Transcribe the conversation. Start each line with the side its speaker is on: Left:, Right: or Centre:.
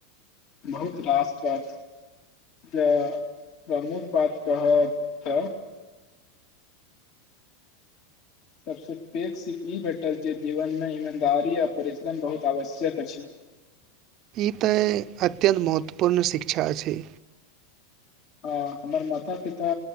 Left: बहुत रासपर जे प्रमुख बात कहब तऽ सबसे पैग सिख ई भेटल छैय जीवनमे ईमानदारी आ परिश्रम बहुत आवश्यक अछि।
Right: ई तऽ अत्यन्त महत्वपूर्ण शिक्षा छैय।
Left: ह हमर माता पिता